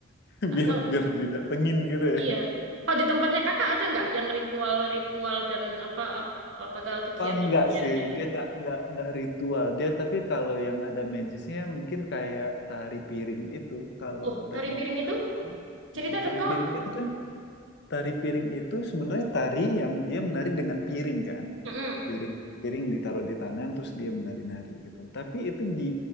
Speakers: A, on the left (about 60°); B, on the right (about 70°).
A: <laughs>
B: Nggak
A: biar
B: tahu.
A: biar didatengin gitu ya.
B: Iya. Kalau di tempatnya Kakak ada nggak yang ritual-ritual dan apa ap- apakah kegiatan
A: Oh, enggak
B: budaya-budaya?
A: sih, dia enggak enggak enggak ritual dia. Tapi kalau yang ada magisnya mungkin kayak tari piring itu. Kalau
B: Oh,
A: Retno
B: tari piring
A: pernah
B: itu
A: tahu kan, Hmm,
B: cerita
A: tari
B: dong Kak.
A: piring itu kan tari piring itu sebenarnya tari yang dia menari dengan piring kan,
B: Mm-mm.
A: piring piring ditaruh di tangan terus dia menari-nari gitu. Tapi itu di